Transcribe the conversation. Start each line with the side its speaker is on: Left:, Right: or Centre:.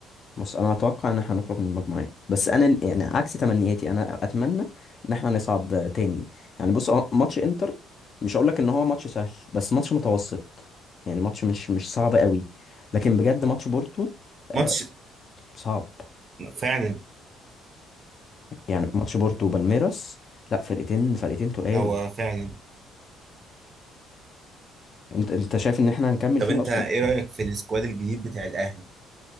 Left: بص انا اتوقع ان احنا هنخرج من المجموعات بس انا يعني عكس تمنياتي انا اتمنى ان احنا نصعد تاني يعني بص هو ماتش انتر مش هقول لك ان هو ماتش سهل بس ماتش متوسط يعني ماتش مش مش صعب قوي لكن بجد ماتش بورتو آه،
Right: ماتش
Left: صعب
Right: فعلا
Left: يعني ماتش بورتو وبالميراس لا فرقتين فرقتين تقال
Right: هو فعلا
Left: انت انت شايف ان احنا هنكمل
Right: طب
Left: فيها
Right: انت
Left: اصلا
Right: ايه رايك في السكواد الجديد بتاع الاهلي